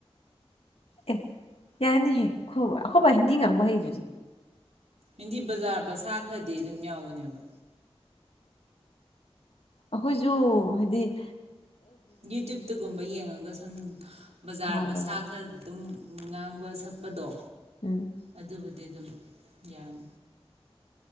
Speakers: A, on the left; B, on the right.
A: ꯑꯦ ꯌꯥꯅꯤꯍꯦ ꯑꯩꯣꯏ ꯑꯩꯈꯣꯏꯕ ꯍꯤꯟꯗꯤ ꯉꯥꯡꯕ ꯍꯩ ꯑꯗꯨꯗꯤ
B: ꯍꯤꯟꯗꯤ ꯕꯖꯥꯔ ꯕ ꯁꯥ ꯈꯔꯗꯤ ꯑꯗꯨꯝ ꯌꯥꯎꯕꯅꯦꯕ
A: ꯑꯩꯈꯣꯏꯁꯨ ꯍꯥꯏꯗꯤꯪ
B: ꯌꯨꯇ꯭ꯌꯨꯨꯞꯇꯒꯨꯝꯕ ꯌꯦꯡꯉꯒ ꯁꯨꯝ ꯕꯖꯥꯔ
A: ꯃꯥꯅꯦ
B: ꯕ ꯁꯥ
A: ꯃꯥꯅꯦ
B: ꯈꯔ ꯑꯗꯨꯝ ꯉꯥꯡꯕ ꯁꯛꯄꯗꯣ
A: ꯎꯝ
B: ꯑꯗꯨꯗꯕꯨꯗꯤ ꯑꯗꯨꯝ ꯌꯥꯟ